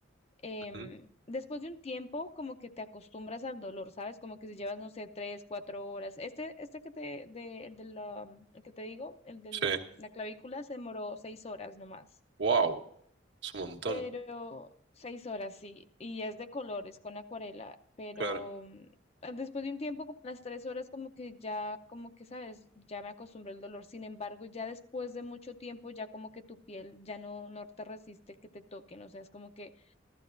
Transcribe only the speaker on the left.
em,
después de un tiempo, como que te acostumbras al dolor, ¿sabes? Como que si llevas, no sé, tres, cuatro horas. Este, este que te, de, el de la, el que te digo, el de
la clavícula, se demoró seis horas nomás.
Pero, seis horas, sí. Y es de colores, con acuarela. Pero
mm, después de un tiempo, como las tres horas, como que ya, como que, ¿sabes? Ya me acostumbré al dolor. Sin embargo, ya después de mucho tiempo, ya como que tu piel ya no, no te resiste que te toquen. O sea, es como que